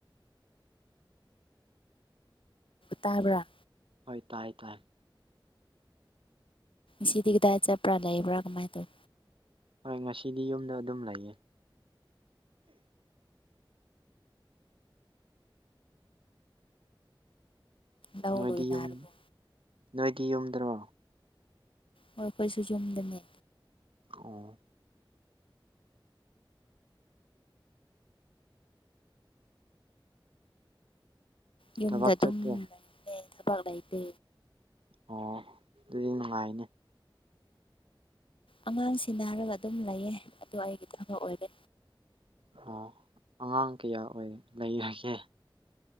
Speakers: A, on the left; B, on the right.
A: ꯇꯥꯕ꯭ꯔꯥ
B: ꯍꯣꯏ ꯇꯥꯏ ꯇꯥꯏ
A: ꯁꯤꯗꯤ ꯀꯗꯥꯏ ꯆꯠꯄ꯭ꯔꯥ ꯂꯩꯕ꯭ꯔꯥ ꯀꯃꯥꯏꯅ ꯇꯧ
B: ꯍꯣꯏ ꯉꯁꯤꯗꯤ ꯌꯨꯝꯗ ꯑꯗꯨꯝ ꯂꯩꯌꯦ
A: ꯂꯧ
B: ꯅꯣꯏꯗꯤ
A: ꯂꯣꯏꯅꯔꯕꯣ
B: ꯌꯨꯝ ꯅꯣꯏꯗꯤ ꯌꯨꯝꯗ꯭ꯔꯣ
A: ꯍꯣꯏ ꯑꯩꯈꯣꯏꯁꯨ ꯌꯨꯝꯗꯅꯦ
B: ꯑꯣ
A: ꯌꯨꯝꯗ
B: ꯊꯕꯛ
A: ꯑꯗꯨꯝ
B: ꯆꯠꯇꯦ
A: ꯂꯩꯔꯦ ꯊꯕꯛ ꯂꯩꯇꯦ
B: ꯑꯣ ꯑꯗꯨꯗꯤ ꯅꯨꯡꯉꯥꯏꯅꯦ
A: ꯑꯉꯥꯡ ꯁꯤꯟꯅꯔꯒ ꯑꯗꯨꯝ ꯂꯩꯌꯦ ꯑꯗꯣ ꯑꯩꯒꯤ ꯊꯕꯛ ꯑꯣꯏꯔꯦ
B: ꯑꯣ ꯑꯉꯥꯡ ꯀꯌꯥ ꯑꯣꯏ ꯂꯩꯔꯒꯦ